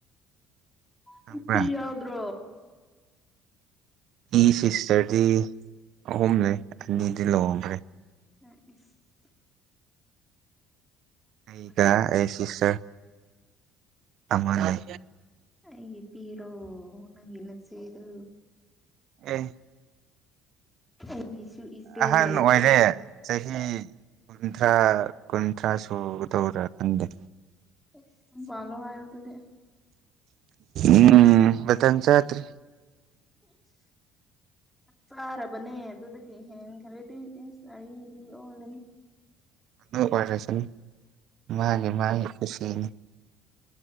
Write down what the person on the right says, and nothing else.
ꯈꯪꯕ꯭ꯔꯥ
ꯏ ꯁꯤꯁꯇꯔꯗꯤ ꯑꯍꯨꯝ ꯂꯩ ꯑꯅꯤꯗꯤ ꯂꯨꯍꯣꯡꯈ꯭ꯔꯦ
ꯑꯩꯒ
ꯑꯩ ꯁꯤꯁꯇꯔ ꯑꯃ ꯂꯩ
ꯑꯦ
ꯑꯍꯟ
ꯑꯣꯏꯔꯦ ꯆꯍꯤ ꯀꯨꯟꯊ꯭ꯔꯥ ꯀꯨꯟꯊ꯭ꯔꯥ ꯁꯨꯒꯗꯧꯔꯥ ꯈꯪꯗꯦ
ꯎꯝ ꯃꯇꯝ ꯆꯗ꯭ꯔꯤ
ꯑꯗꯨ ꯑꯣꯏꯔꯁꯅꯨ ꯃꯥꯒꯤ ꯃꯥꯒꯤ ꯈꯨꯨꯁꯤꯅꯤ